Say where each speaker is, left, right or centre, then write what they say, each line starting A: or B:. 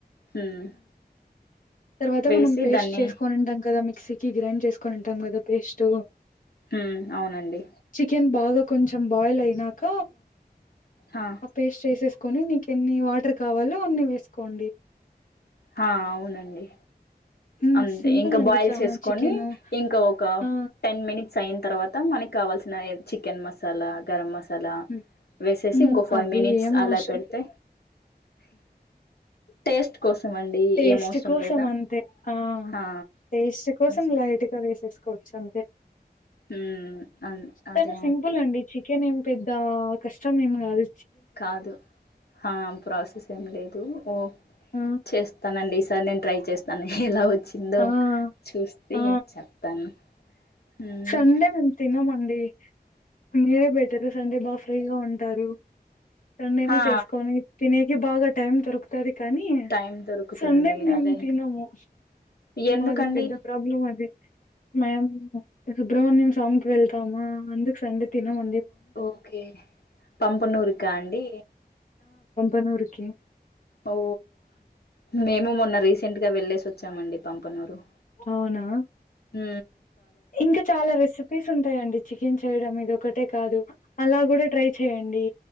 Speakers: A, on the left (about 75°); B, on the left (about 55°).
A: హ్మ్
B: తర్వాత
A: వేసి
B: మనం పేస్ట్
A: దాన్ని
B: చేసుకనింటాం కదా మిక్సీ కి గ్రైండ్ చేసుకనింటాం కదా పేస్ట్
A: హ అవునండి
B: చికెన్ బాగా కొంచెం బాయిల్ అయినాక
A: హా
B: ఆ పేస్ట్ చేసే కని నీకు ఎన్ని వాటర్ కావాలో అన్ని వేసుకోండి
A: ఆ అవునండి
B: హ్మ్.
A: అంతే
B: సింపుల్
A: ఇంకా
B: అండి
A: బాయిల్
B: చానా.
A: చేసుకొని
B: చికెను
A: ఇంకా ఒక
B: ఆ!
A: టెన్ మినిట్స్ అయింది తర్వాత మనకి కావాల్సిన చికెన్ మసాలా గరం మసాలా అలా
B: హ్మ్.
A: వేసేసి
B: హ్మ్.
A: ఇంకో ఫైవ్
B: అవి
A: మినిట్స్
B: ఏం
A: అలా
B: అవసరం
A: పెడితే
B: లేదు.
A: టేస్ట్ కోసం అండి
B: టేస్ట్
A: ఏం అవసరం
B: కోసం
A: లేదా
B: అంతే ఆ
A: హా
B: టేస్ట్ కోసం
A: ఎస్
B: లైట్గా వేసేసుకోవచ్చు అంతే
A: హ్మ్ అన్ అదే
B: చాలా సింపుల్ అండి చికెన్ ఏం పెద్ద కష్టం ఏం కాదు
A: కాదు ఆ ప్రాసెస్ ఏం లేదు ఓ
B: ఆ!
A: చేస్తానండి సార్ నేను ట్రై చేస్తాను ఎలా వచ్చిందో
B: ఆ!
A: చూతీ
B: ఆ!
A: చెప్తాను మ్మ్
B: సండే మేం తినమండి మీరే పెట్టారు సండే బా ఫ్రీగా ఉంటారు సండేనే
A: హా
B: చేసుకొని తినే ఇ బాగా టైం దొరుకుతది కానీ
A: టైం దొరుకుతుంది
B: సండే మేము
A: అదే ఇంకా
B: తినము
A: ఎందుకండి
B: మాది పెద్ద ప్రాబ్లం అది మేము సుబ్రమణ్యం స్వామికిి వెళ్తామా అందుకు సండే తినము
A: ఓకే పంపనూరుకా అండి
B: ఒనూరుకి
A: ఓ మేము మొన్న రీసెంట్గా వెళ్లేేసి వచ్చామండి పంపనూరు
B: అవునా
A: హ
B: ఇంకా చాలా రెసిపీస్ ఉంటాయండి చికెన్ చికెన్ చేయడం ఇది ఒకటే కాదు అలా కూడా ట్రై చేయండి